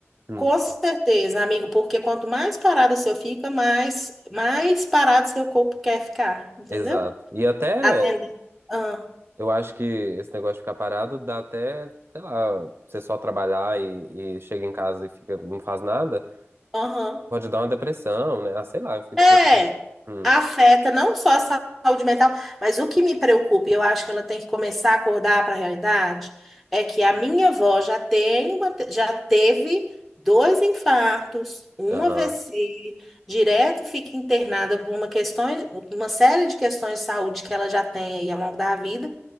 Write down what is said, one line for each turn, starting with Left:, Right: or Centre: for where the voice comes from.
Right: Hum,
Centre: Com certeza, amigo, porque quanto mais parado o seu fica, mais mais parado seu corpo quer ficar, entendeu?
Right: exato. E até
Centre: Atender. Ah,
Right: eu acho que esse negócio de ficar parado dá até, sei lá, você só trabalhar e, e chega em casa e fica, não faz nada,
Centre: aham.
Right: pode dar uma depressão, né? Ah, sei lá, eu fico.
Centre: É,
Right: Hum,
Centre: afeta não só a sa- saúde mental, mas o que me preocupa, e eu acho que ela tem que começar a acordar para a realidade, é que a minha avó já tem uma, já teve dois infartos, um
Right: aham,
Centre: AVC, direto fica internada por uma questão, uma série de questões de saúde que ela já tem aí ao longo da vida.